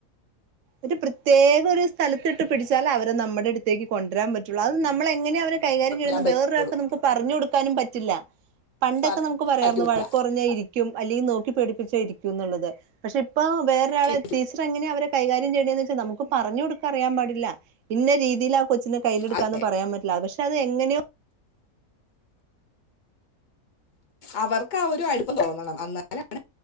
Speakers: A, on the right (about 65°); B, on the left (about 45°).
A: ഒരു പ്രത്യേക ഒരു സ്ഥലത്തി ഇട്ട് പിടിച്ചാലെ അവരെ നമ്മുടെ അടുത്തേക്ക് കൊണ്ടുവരാൻ പറ്റുള്ളൂ അത് നമ്മള് എങ്ങനെ അവരെ കൈകാര്യം ചെയ്യുന്നത്
B: വരാൻ
A: എന്ന്
B: പറ്റുള്ളൂ
A: വേറൊരാൾക്ക് നമുക്ക് പറഞ്ഞു കൊടുക്കാനും പറ്റില്ല പണ്ടൊക്കെ
B: പ-
A: നമുക്ക് പറയാമായിരുന്നു
B: പറ്റൂല
A: വഴക്ക് പറഞ്ഞാ ഇരിക്കും ക്കും അല്ലെങ്കി നോക്കി പേടിപ്പിച്ച ഇരിക്കും എന്നുള്ളത് പക്ഷെ ഇപ്പൊ വേറൊരാളെ
B: ഈ
A: ടീച്ചർ എങ്ങനെയാ അവരെ കൈകാര്യം ചെയ്യണ്ടേന്ന് വെച്ചാൽ നമുക്ക് പറഞ്ഞ് കൊടുക്കാൻ അറിയാൻ പാടില്ല ഇന്ന രീതിയിലാ കൊച്ചിനെ കയ്യിലെടുക്കാന്ന്
B: അ-
A: പറയാൻ പറ്റില്ല പക്ഷെ അത് എങ്ങനെയോ
B: അവർക്ക് ആഹ് ഒരു അടുപ്പം തോന്നണം എന്നാലാണ്